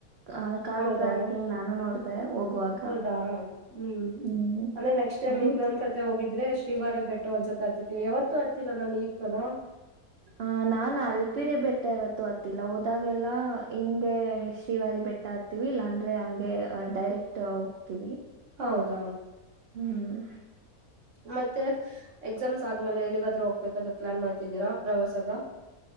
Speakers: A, on the right; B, on the right.
A: ಆ ಕಾಡು
B: ಹೌದಾ
A: ಪ್ರಾಣಿಗಳು ನಾನು ನೋಡ್ದೆ ಹೋಗುವಾಗ
B: ಹೌದಾ ಹ್ಮ್
A: ಹ್ಮ್
B: ಅಂದ್ರೆ ನೆಕ್ಸ್ಟ್ ಟೈಮ್
A: ಅದು
B: ಇನ್ನೊಂದ್ಸತಿ ಹೋಗಿದ ಇದ್ರೆ್ರ ಶಿವಾರ್ ಬೆಟ್ಟ ಒಂದ್ಸ ಹತ್ತತಿವಿ ಯಾವತ್ತು ಹತ್ತಿಲ್ಲ ನಾನ ಇತನ
A: ಹ ನಾನ್ ಅಲ್ಪಿರಿ ಬೆಟ್ಟ ಇವತ್ತು ಹತ್ತಿಲ್ಲ ಹೋದಾಗೆ ಲ್ಲ ಹಿಂಗೆ ಶ್ರೀವಾರಿ ಬೆಟ್ಟ ಆಗ್ತೀವಿ ಇಲ್ಲಾಂದ್ರೆ ಹಂಗೆ ಡೈರೆಕ್ಟ್ ಹೋಗ್ತಿೀವಿ
B: ಹೌದ
A: ಹ್ಮ್
B: ಮತ್ತೆ ಎಕ್ಸಾಮ್ಸ್ ಆದ್ಮೇಲೆ ಎಲ್ಲಿಗಾದ್ರೂ ಹೋಗ್ಬೇಕಂತ ಪ್ಲಾನ್ ಮಾಡ್ತಿದ್ದೀರಾ ಪ್ರವಾಸಗ